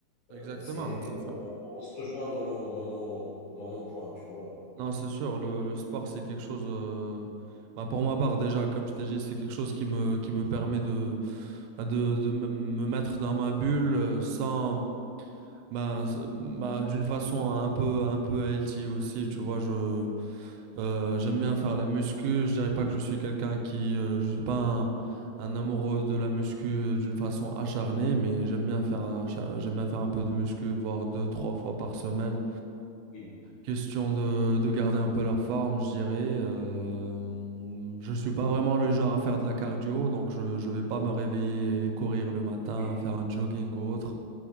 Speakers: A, on the left; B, on the right.
A: heu,
B: Exactement,
A: c'est
B: non, c'est
A: on
B: sûr.
A: on on se rejoint dans nos dans nos dans nos points, tu vois?
B: Non, c'est sûr, le le sport c'est quelque chose euh, ben, pour ma part déjà, comme je t'ai dit, c'est quelque chose qui me qui me permet de ben, de de me me mettre dans ma bulle euh, sans Ben, c'est- ben, d'une façon un peu un peu healthy aussi, tu vois, je euh, j'aime bien faire la muscu, je dirais pas que je suis quelqu'un qui euh, je suis pas un, un amoureux de la muscu euh, d'une façon acharnée, mais j'aime bien faire acha- j'aime bien faire un peu de muscu, voire deux, trois fois par semaine.
A: Oui,
B: Question de, de garder un peu la forme, je dirais. Euh, je suis pas vraiment le genre à faire de la cardio, donc je je vais pas me réveiller et courir le matin,
A: oui.
B: faire un jogging ou autre,